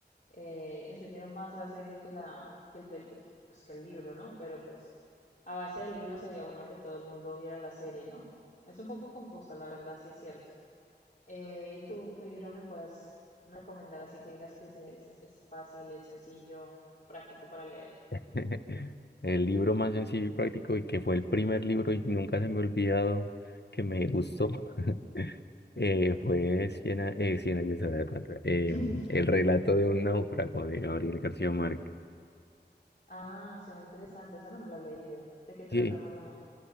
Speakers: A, on the left; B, on the left.
A: eh, entendieron más la serie que la, que el pel- que- pues que el libro, ¿no? Pero pues a base del libro sería bueno que todo el mundo viera la serie, ¿no? Es un poco confusa, la verdad, sí es cierto. Eh, ¿y tú qué libro me puedes recomendar así que digas que es, es es fácil, es sencillo, práctico para leer?
B: <laughs> El libro más sencillo y práctico y que fue el primer libro y nunca se me ha olvidado que me gustó <laughs> Eh, fue Cien, a- eh, Cien años de la Eh,
A: <laughs>
B: el relato de un náufrago de Gabriel García Márquez.
A: Ah, suena interesante, esa no me la he leído. ¿De qué trata
B: Sí,
A: más o menos?